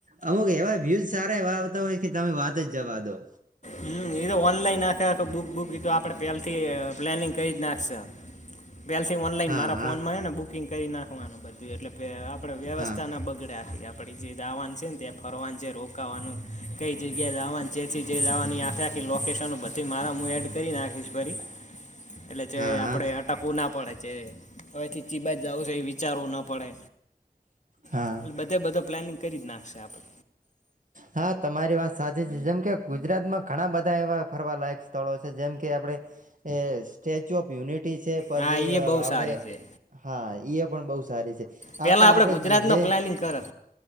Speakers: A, on the right; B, on the left.
A: અમુક એવા વ્યુઝ સારા એવા આવતા હોય કે તમે વાત જ જવા દો
B: હમ એ તો ઓનલાઈન આખે આખે બુક બુક એતો આપડે પહેલાથી પ્લાનિંગ કરી જ નાખશે. પેથી ઓનલાઈન
A: હા
B: મારા ફોન
A: હા
B: માં છે ને બુકિંગ કરી નાખવાનું બધું એટલે આપણે વ્યવસ્થાના
A: હા
B: બગડેથી આપણે જે દાવાન છે ને ત્યા ફરવાન છે રોકાવાનું કઈ જગ્યા દવાન જેથી જે દાવાની આે લોકેશન પછી મારા હું એડ કરી નાખીશ પરી એટલે જે
A: હા હા
B: આપણે ટકવું ના પડે છે હવેથી ચીબા જવું છે એ વિચારવું ના પડે.
A: હા.
B: એટલે બધે બધો પ્લાિંગ કરી જ નાખશે આપણે
A: હા તમારી વાત સાચી છે જેમ કે ગુજરાતમાં ઘણા બધા એવા ફરવા લાયક છે. સ્થળો છે જેમ કે આપડણે એ સ્ટેચ્યુ ઓફ યુનિટી છે પછી
B: હા એ બહુ
A: આપડે
B: સારી છે
A: હા એ પણ બહુ સારી છે
B: પેલા
A: આ પણ
B: આપડે
A: આપણે
B: ગુજરાત
A: જે
B: નો પ્લાનિંગ કરો